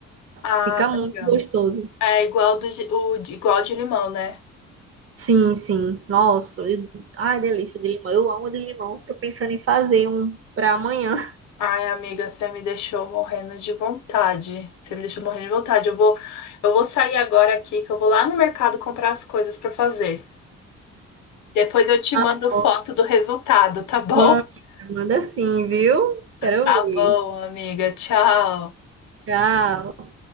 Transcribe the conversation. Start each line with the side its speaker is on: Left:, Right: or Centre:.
Left: Ah,
Right: Fica muito
Left: legal.
Right: gostoso.
Left: É igual do, de- o, de- igual de limão, né?
Right: Sim, sim. Nossa, e- ai, delícia de limão. Eu amo de limão. Tô pensando em fazer um pra amanhã.
Left: Ai, amiga, você me deixou morrendo de vontade. Você me deixou morrendo de vontade. Eu vou, eu vou sair agora aqui, que eu vou lá no mercado comprar as coisas pra fazer. Depois eu te
Right: <laughs>
Left: mando foto do resultado, tá bom?
Right: Manda,
Left: <laughs>
Right: manda sim, viu? Quero
Left: Tá
Right: ouvir.
Left: bom, amiga. Tchau.
Right: Tchau.